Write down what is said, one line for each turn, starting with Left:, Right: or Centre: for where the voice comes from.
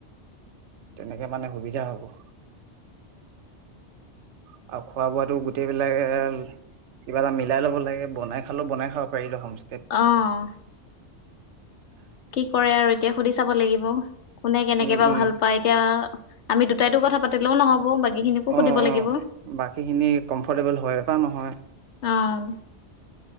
Right: তেনেকে মানে সুবিধা হ'ব। আৰু খোৱা বোৱাটো গোটেইবিলাকে কিবা এটা মিলাই ল'ব লাগে, বনাই খালোও বনাই খাব পাৰি হ'মষ্টেত।
Left: অ'। কি কৰে আৰু এতিয়া সুধি চাব লাগিব, কোনে কেনেকে
Right: উম
Left: বা
Right: উম
Left: ভাল পায়, এতিয়া আমিতো দু টাইতো কথা পাতিলেও নহ'ব, বাকীখিনিকো
Right: অ
Left: সুধিব
Right: অ
Left: লাগিব।
Right: বাকীখিনি কমফৰ্টেবল হয় বা নহয়
Left: অ'।